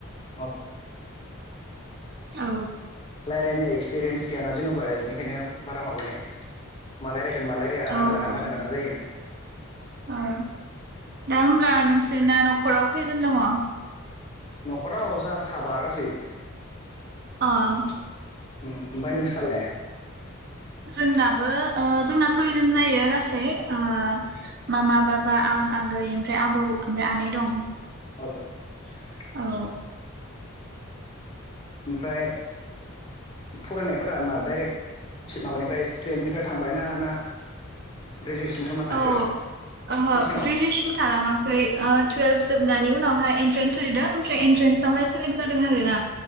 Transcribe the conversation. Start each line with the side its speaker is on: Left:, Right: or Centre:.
Left: अ
Right: औ।
Left: लायरायनाय एक्सपिरियेन्स गैयाना जेन'बा इनिखायनो बारा माबानो मा लायराय मा लायराया
Right: औ
Left: आदां गादां
Right: औ
Left: आदां गादां जायो।
Right: औ दा होमब्ला नोंसोरना न'खराव खैजोन दङ।
Left: न'खराव अ जाङा साबा गासै।
Right: अह।
Left: ओम ओमफाय नोंसालाय?
Right: जोंनाबो ओ जोंना सयजन जायो गासै ओ। मामा बाबा आं आगै ओमफ्राय आबौ ओमफ्राय आनै दं।
Left: <unintelligible>
Right: औ।
Left: ओमफ्राय फरायनाय। फोरा मा डाइरेक्ट माबानिफ्राय टुयेल्भनिफ्राय थांबाय ना ना। ग्रेजुवेसन खालामना थांखो
Right: औ ओहो
Left: कचिंआव
Right: ग्रेजुवेसन खालामाखै ओ टुवेल्भ जोबना बिनि उनावहाय इन्ट्रेन्स हदों ओमफ्राय एन्ट्रेन्सआवहाय सेलेक्ट जादों आरो ना।